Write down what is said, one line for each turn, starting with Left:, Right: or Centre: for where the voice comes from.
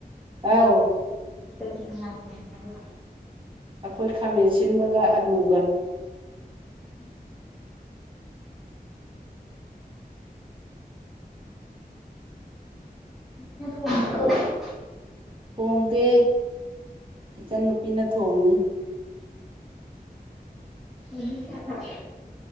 Right: ꯑꯥꯎ
Centre: ꯀꯩ ꯒꯤ ꯃꯌꯥꯝ ꯊꯣꯟꯒꯦꯅꯤꯕꯥ
Right: ꯑꯩꯈꯣꯏ ꯈꯥꯃꯦꯟ ꯁꯤꯟꯕꯒ ꯑꯂꯨꯒ
Centre: <unintelligible>
Right: <unintelligible>
Centre: ꯅꯪ ꯊꯣꯪꯏꯔꯣ ꯍꯧꯖꯤꯛ
Right: ꯊꯣꯡꯗꯦ ꯏꯆꯟꯟꯅꯨꯄꯤꯅ ꯊꯣꯡꯉꯤ
Centre: ꯑꯣ ꯃꯤ ꯀꯌꯥ ꯆꯥꯒꯦ